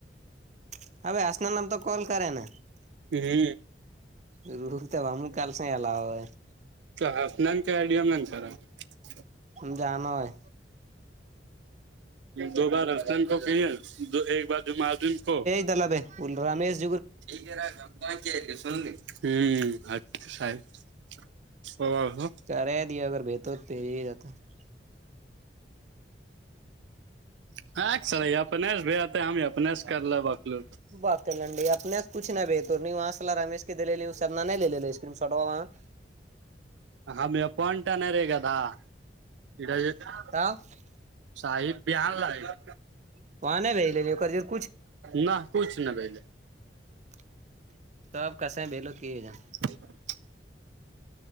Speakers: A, on the right; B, on the right.
A: <inaudible>
B: ہ
A: <inaudible>
B: <inaudible>
A: جانو ہے
B: دو بار حسنین کو کی ہیں دو ایک بار جمع الدین کو
A: <inaudible>
B: <inaudible> <inaudible>
A: <inaudible>
B: <inaudible>
A: <inaudible>
B: <inaudible>
A: <inaudible>
B: <inaudible>
A: <inaudible>
B: نہ کچھ نہ پہلے
A: <inaudible>
B: <inaudible>